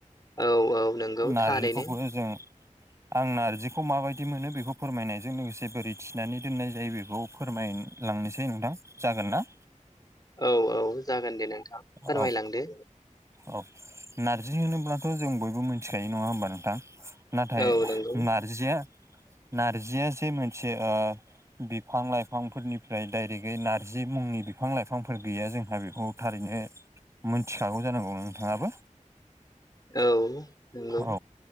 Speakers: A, on the left (about 30°); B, on the right (about 20°).
A: औ औ नंगौ
B: नारजिखौबो
A: थारैनो
B: जों आं नारजिखौ माबायदि मोनो बेखौ फोरमायनायजों लोगोसे बोरै थिनानै दोननाय जायो बेखौ फोरमायलांनोसै नोंथां जागोन ना?
A: औ औ जागोन दे नोंथां फोरमायलांदो।
B: औ औ नारजि होनोब्लाथ' जों बयबो मिथिखायो नङा होमबा नोंथां? नाथाय
A: औ नंगौ
B: नारजिया नार्जिया जे मोनसे ओ बिफां लाइफांफोरनिफ्राय डायरेकयै नारजि मुंनि बिफां लाइफांफोर गैया जोंहा बेखौ थारैनो मोनथिखागौ जानांगौ नोंथाङाबो।
A: औ नंगौ
B: औ